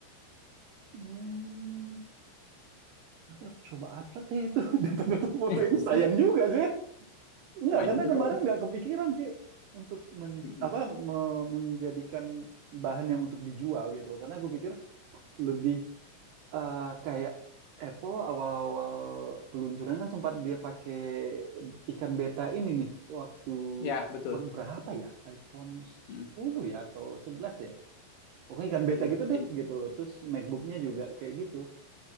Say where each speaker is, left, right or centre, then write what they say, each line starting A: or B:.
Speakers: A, on the right; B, on the left.
A: Hmm, nanti aku coba upload deh itu <laughs> data-data foto
B: <laughs>
A: itu. Sayang juga sih. Enggak,
B: Lumayan
A: karena
B: juga
A: kemarin
B: kan.
A: nggak kepikiran sih untuk men-
B: Mm-mm.
A: apa me- menjadikan bahan yang untuk dijual gitu. Karena aku pikir lebih eh, kayak Apple awal-awal peluncuran kan sempat dia pakai ikan beta ini nih waktu
B: Ya, betul.
A: iPhone berapa ya? iPhone sepuluh
B: Mm-mm.
A: ya atau 11 ya? pokoknya ikan
B: Iya,
A: beta gitu deh
B: jadi
A: gitu loh terus MacBooknya juga kayak gitu